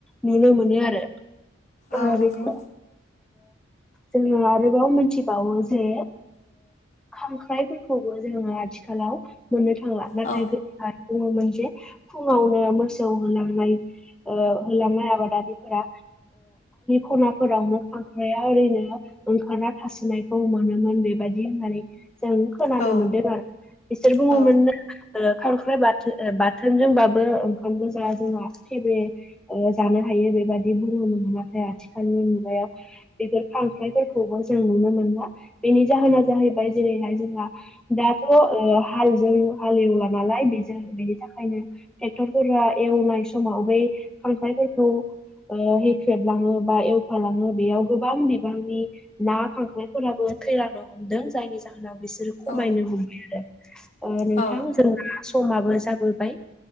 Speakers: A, in the centre; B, on the left (about 35°).
A: नुनो मोनो आरो
B: औ
A: बेखौ
B: नंगौ
A: जोङो आरोबाव मिथिबावो जे खांख्राइफोरखौबो जोङो आथिखालाव मोननो थांला नाथाय
B: औ
A: गोह बुङोमोन जे फुङावनो मोसौ होलांनाय हां आब आ खनाावनो खांख्राया ओैनो ंखार थ फुनायखौ मोनोमोन बेबायाददि होननानै जों खोनानो
B: औ
A: मोनदों आरो बिसोर बुङोमोन
B: औ
A: न खारख्राइ बाथोन बाथोनजोंबाबो ओंखाम गो जाया जोंहा थेब जानो हायो बेबायाददि बुनो मोनोन नाथाय आथिखालनि मुगायाव बेफोर खांख्रायफोरखौबो जों मोन बेनि जाहोना जाहैबाय जेरैहाय जोंहा दाथ' हालजों हाल ला नालाय बे बेनि थाखायनो ेक्टरफोरा एवनाय समाव बै खांख्र औ हेख्रेबलाङो बा एवफालाङो बेयाव गोबां बिबांनि ना खांख्राइफोराबो खैलांनो हमदों जायनि जाहोनाव बिसोरो खमायनो
B: औ
A: हमबाय आरो नोंथां
B: औ
A: जों समाबो जाबोबाय